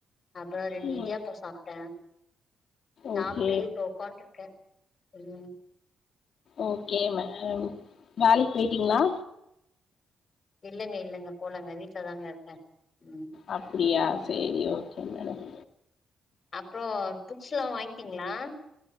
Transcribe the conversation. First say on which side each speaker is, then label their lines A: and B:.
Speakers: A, on the left; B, on the left.
A: ஒரு ரெண்டு
B: ம்
A: இடியப்பாம் சாப்பிட்டேன் சாப்பிட்டு
B: ஓகே
A: உக்கான்ட்டு இருக்கேன் உம்
B: ஓக்கே மேன் வேலிக் போயிட்டிங்குளா
A: இல்லைங்க இல்லங்க போலங்க வீட்டுலதாங்க இருக்கே ம்
B: அப்டியா செரி ஓகே மேடம்
A: அப்புறோ புக்ஸ் எல்லா வாங்கிட்டீங்ளா